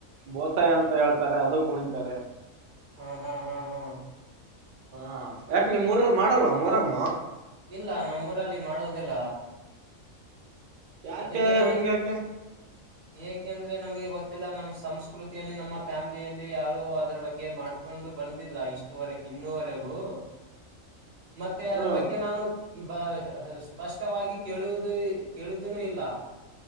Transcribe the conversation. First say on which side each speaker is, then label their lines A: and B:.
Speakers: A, on the right; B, on the right.
A: ಬೋತಾಯಿ ಅಂತ ಹೇಳ್ತಾರೆ ಅದು ಕುಣಿತಾರೆ
B: ಹ್ಮ ಹಾ ಹಾ ಹಾ
A: ಹಾ ಯಾಕ ನಿಮ್ ಊರಲ್ಲಿ ಮಾಡಲ್ವ ಮೋರಾಂ
B: ಇಲ್ಲ ನಮ್ ಊರಲ್ಲಿ ಮಾಡುವುದಿಲ್ಲ
A: ಯಾಕೆ
B: ಅದಕ್ಕೆ ನಾ
A: ಹೆಂಗ್ಯಾಕೆ
B: ಏಕೆಂದ್ರೆ ನಮ್ಗೆ ಗೊತ್ತಿಲ್ಲ ನಮ್ಮ್ ಸಂಸ್ಕೃತಿಯಲ್ಲಿ ನಮ್ಮ ಫ್ಯಾಮಿಲಿಯಲ್ಲಿ ಯಾರು ಅದರ ಬಗ್ಗೆ ಮಾಡ್ಕೊಂಡು ಬಂದಿಲ್ಲ ಇಷ್ಟುವರೆ ಇನ್ನೂವರೆಗೂ ಮತ್ತೆ
A: ಹ್ಮ
B: ಅದ್ರ ಬಗ್ಗೆ ನಾನು ಈ ಬ ಸ್ಪಷ್ಟವಾಗಿ ಕೇಳುವುದು ಕೇಳ ಇದನ್ನು ಇಲ್ಲ